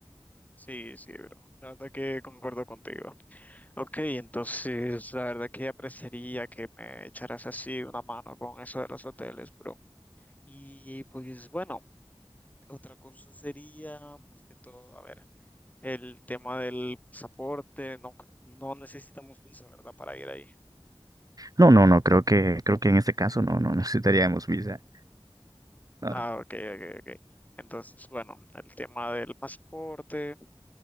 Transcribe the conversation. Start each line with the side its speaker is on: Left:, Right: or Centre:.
Left: Sí, sí, bro. La verdad que concuerdo contigo. Ok, entonces la verdad que apreciaría que me echaras así una mano con eso de los hoteles, bro. Y pues bueno, otra cosa sería, más que todo, a ver, el tema del pasaporte. No, no necesitamos visa, ¿verdad? Para ir ahí.
Right: No, no, no, creo que, creo que en este caso no, no <laughs> necesitaríamos visa. No,
Left: Ah, ok, ok, ok. Entonces, bueno, el tema del pasaporte